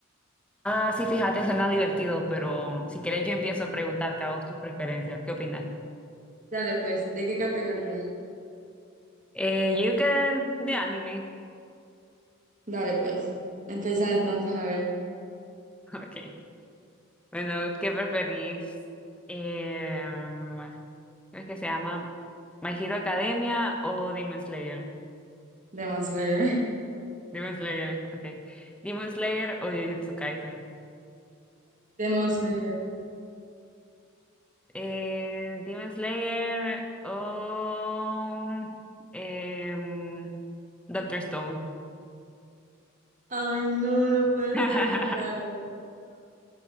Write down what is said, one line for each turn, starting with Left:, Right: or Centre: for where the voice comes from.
Centre: Ah, sí, fíjate, suena divertido, pero si quieres yo empiezo a preguntarte a vos tus preferencias. ¿Qué opinas?
Right: Dale, pues, ¿de qué categoría?
Centre: Eh, yo creo que de anime.
Right: Dale, pues, empieza entonces a ver.
Centre: <laughs> Ok. Bueno, ¿qué preferís? Eh, ¿cómo es que se llama? ¿My Hero Academia o Demon Slayer?
Right: Demon Slayer.
Centre: Demon Slayer, ok. ¿Demon Slayer o Jujutsu Kaisen?
Right: <laughs> Demon Slayer.
Centre: Eh, Demon Slayer o em, Doctor Stone.
Right: Ay, no, no puede
Centre: <laughs>
Right: ser que me ponga la